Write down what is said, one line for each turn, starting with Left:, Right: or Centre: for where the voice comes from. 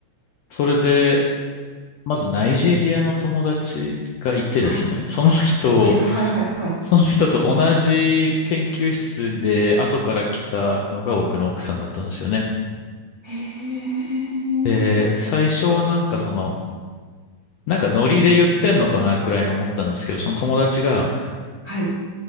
Left: それで、まずナイジェリアの友達がいてですね、
Right: はい。
Left: その人
Right: はい。はい。はい。はい。はい。
Left: その人と同じ研究室で後から来たのが僕の奥さんだったんですよね。
Right: へー。
Left: で、最初はなんかその、なんかノリで言ってんのかなくらいに思ったんですけど、その友達が、
Right: はい。